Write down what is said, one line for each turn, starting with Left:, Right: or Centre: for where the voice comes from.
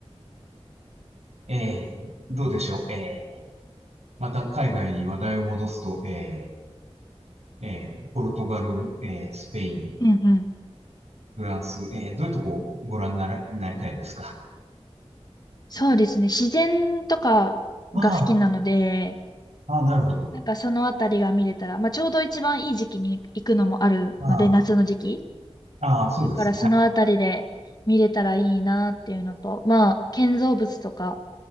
Right: えー、どうでしょう。えー、また海外に話題を戻すと、えー、えー、ポルトガル、えー、スペイン、
Left: うん。
Right: フランス、えー、どういうとこをご覧になら、なりたいですか
Left: そうですね。自然とかが好きなので、
Right: ああ、ああ、なるほど。
Left: なんかそのあたりが見れたら、まあちょうど一番いい時期に行くのもあるので、
Right: ああ、
Left: 夏の時期。
Right: ああ、そうですね。
Left: だからそのあたりで見れたらいいなっていうのと、
Right: はい。
Left: まあ建造物とか